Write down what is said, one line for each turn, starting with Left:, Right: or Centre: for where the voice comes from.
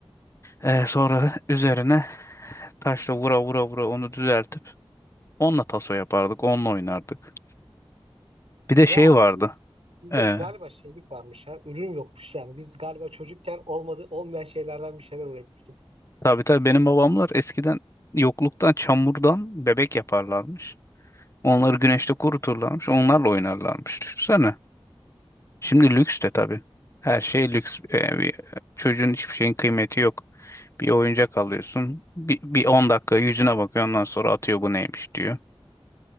Left: Ee, sonra üzerine taşla vura vura vura onu düzeltip onunla taso yapardık. Onunla oynardık. Bir de
Right: Ya
Left: şey vardı.
Right: biz bizde
Left: E,
Right: galiba şeylik varmış ya. Ürün yokmuş yani. Biz galiba çocukken olmadı olmayan şeylerden bir şeyler üretmişiz.
Left: Tabii tabii benim babamlar eskiden yokluktan çamurdan bebek yaparlarmış. Onları güneşte kuruturlarmış. Onlarla oynarlarmış. Düşünsene. Şimdi lüks de tabii. Her şey lüks. Ee, bir- çocuğun hiçbir şeyin kıymeti yok. Bir oyuncak alıyorsun. Bir, bir 10 dakika yüzüne bakıyor. Ondan sonra atıyor bu neymiş diyor.